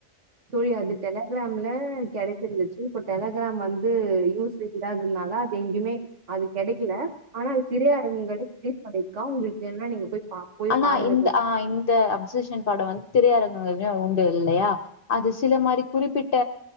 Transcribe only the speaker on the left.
திரை
ஆனா
இந்த
ஆ இந்த அப்சஷன் படோ வந்து திரையரங்கங்களையு உண்டு இல்லையா அது சில மாரி குறிப்பிட்ட